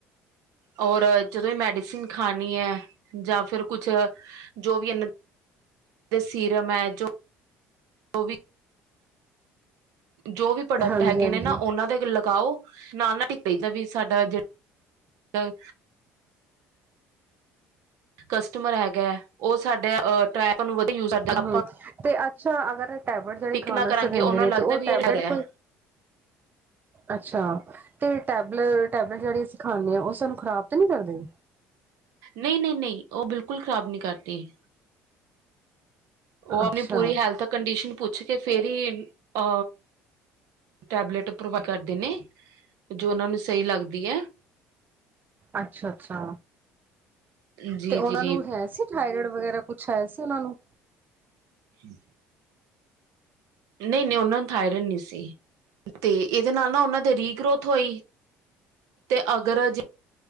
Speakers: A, on the right (about 70°); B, on the right (about 30°).
A: ਔਰ ਜਦੋਂ ਏ ਮੈਡੀਸਨ ਖਾਨੀ ਏ, ਜਾਂ ਫਿਰ ਕੁਛ ਜੋ ਵੀ ਇਨਾਂ ਦੇ ਸੀਰਮ ਏ ਜੋ ਓ ਵੀ ਜੋ ਵੀ ਪ੍ਰੋਡਕਟ
B: ਹਾਂਜੀ
A: ਹੈਗੇ
B: ਹਾਂਜੀ
A: ਨੇ ਨਾ, ਉਨਾਂ ਦੇ ਲਗਾਓ। ਨਾਲ ਨਾਲ ਟ ਪਦਾ ਵੀ ਸਾਡਾ ਜਿਹੜਾ <unintelligible> ਕਸਟਮਰ ਹੈਗਾ, ਓ ਸਾਡੇ ਅ ਟਰੇਪ ਵੱਧ ਯੂਜ ਕਰ
B: ਹਮ ਹਮ ਤੇ ਅੱਛਾ ਅਗਰ ਏ ਟੈਬੇਟ ਜਿਹੜੇ
A: ਟਿਕ
B: ਖਾਨ
A: ਨਾ
B: ਵਸਤੇ
A: ਕਰਾਂਗੇ
B: ਦਿੰਦੇ
A: ਉਹਨਾਂ
B: ਨੇ,
A: ਨੂੰ
B: ਤੇ
A: ਲੱਗਦਾ
B: ਓ
A: ਵੀ
B: ਟੈਬਲੇਟ
A: ਇਹ ਰਿਹਾ
B: ਕੋਈ ਅੱਛਾ, ਤੇ ਟੈਬਲ ਟੈਬਲੇ ਜਿਹੜੀ ਅਸੀਂ ਖ਼ਾਨੇ ਆਂ, ਓ ਸਾਨੂੰ ਖਰਾਬ ਤਾਂ ਨਹੀਂ ਕਰਦੇ।
A: ਨਈ, ਨਈ, ਨਈ ਓ ਬਿਲਕੁਲ ਖ਼ਰਾਬ ਨਹੀਂ ਕਰਦੀ। ਓ ਆਪਨੀ
B: ਅੱਛਾ
A: ਪੂਰੀ ਹੈਲਥ ਕੰਡੀਸ਼ਨ ਪੁੱਛ ਕੇ ਫੇਰ ਈ ਅ ਟੈਬਲੇਟ ਪ੍ਰੋਵਾਈਡ ਕਰਦੇ ਨੇ, ਜੋ ਉਨਾਂ ਨੂੰ ਸਹੀ ਲੱਗਦੀ ਏ।
B: ਅੱਛਾ, ਅੱਛਾ
A: ਜੀ
B: ਤੇ ਉਨਾਂ
A: ਜੀ ਜੀ
B: ਨੂੰ ਹੈ ਸੀ। ਥਾਇਰਾਇਡ ਵਗੈਰਾ ਕੁੱਛ ਹੈ ਸੀ, ਉਨਾਂ ਨੂੰ।
A: ਠੀਕ। ਨਈ-ਨਈ ਓਨਾ ਨੂੰ ਥਾਇਰਾਇਡ ਨੀ ਸੀ, ਤੇ ਇਦੇ ਨਾਲ ਨਾ, ਉੱਨਾਂ ਦੇ ਰੀ-ਗਰੋਥ ਹੋਈ। ਤੇ ਅਗਰ ਜੇ